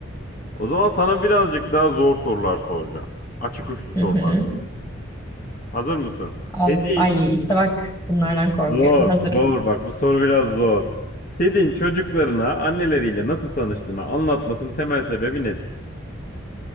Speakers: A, on the left; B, on the left.
A: O zaman sana birazcık daha zor sorular soracağım. Açık uçlu sorular.
B: Hı hı.
A: Hazır mısın?
B: Al,
A: Ted'in
B: ay işte bak bunlardan korkuyorum.
A: zor,
B: Hazırım.
A: zor. Bak bu soru biraz zor. Ted'in çocuklarına anneleriyle nasıl tanıştığını anlatmasının temel sebebi nedir?